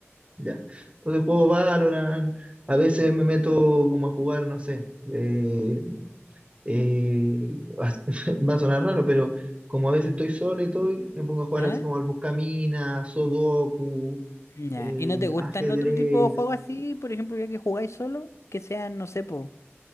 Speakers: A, on the right (about 25°); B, on the left (about 80°).
A: ya. Entonces juego Valorant, a veces me meto como a jugar, no sé. eh, eh, <laughs> va a sonar raro, pero como a veces estoy solo y todo, y me pongo a jugar
B: ¿Ya?
A: así como al buscaminas, Sudoku,
B: Ya.
A: eh,
B: ¿Y no te gustan
A: ajedrez,
B: otro tipo de juegos así, por ejemplo, ya que jugáis solo? Que sean, no sé, po,